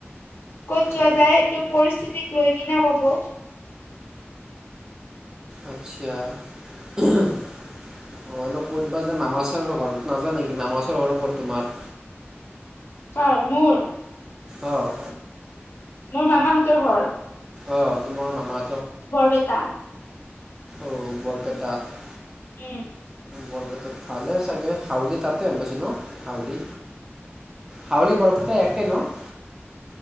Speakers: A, on the left; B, on the right.
A: ক'ত
B: অ',
A: যোৱা যায়, সেইটো পৰিস্থিতিক লৈ কিনে হ'ব।
B: আচ্ছা অ', হ'লেও ক'তবা <unintelligible> ঘৰত নাযা নেকি নামাচৰ ঘৰত ক'ত তোমাৰ?
A: কাৰ, মোৰ?
B: অ'।
A: মোৰ মামাহঁতৰ ঘৰ?
B: অ' তোমাৰ মামা
A: বৰপেটা।
B: অ', বৰপেটাত।
A: উম।
B: বৰপেটাত ভালে চাগে হাউলি তাতে <unintelligible> পাইছোঁ ন হাউলি? হাউলী বৰপেটা একে ন?